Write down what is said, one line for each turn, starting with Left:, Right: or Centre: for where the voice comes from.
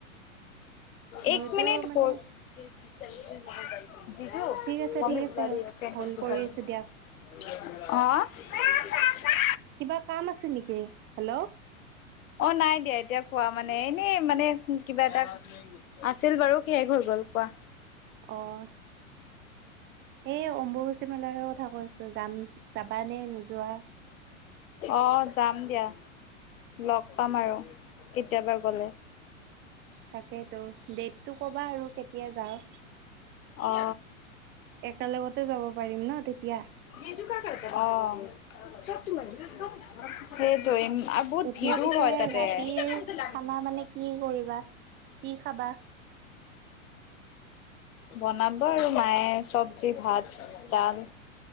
Right: মইতো
Left: এক মিনিট
Right: মানে
Left: প'ৰ <unintelligible> জিজু
Right: ঠিক আছে
Left: মমী
Right: ঠিক
Left: বুলা
Right: আছে
Left: ৰহী হে
Right: হ'ল্ড
Left: <unintelligible>
Right: কৰি আছোঁ দিয়া
Left: অ' <unintelligible> পাপা
Right: কিবা কাম আছে নেকি? হেল্ল।
Left: অঁ নাই দিয়া এতিয়া কোৱা মানে এনেই মানে কো কিবা এটা আছিল বাৰু শেষ হৈ গ'ল কোৱা।
Right: অহ সেই অম্বুবাচী মেলাৰ কথা কৈছোঁ, যাম যাবা নে নোযোৱা?
Left: অ যাম দিয়া, লগ পাম আৰু কেতিয়াবা গ'লে।
Right: তাকেইতো ডেটটো ক'বা আৰু কেতিয়া যাওঁ।
Left: অ।
Right: একে লগতে যাব পাৰিম ন' তেতিয়া।
Left: <unintelligible> অ' <unintelligible> সেইটোৱে উম আৰু বহুত ভিৰো
Right: এতিয়া
Left: হয়
Right: পিছে ৰাতিৰ
Left: তাতে। <unintelligible>
Right: খানা মানে কি কৰিবা? কি খাবা?
Left: বনাব আৰু মায়ে চব্জি, ভাত, দাল।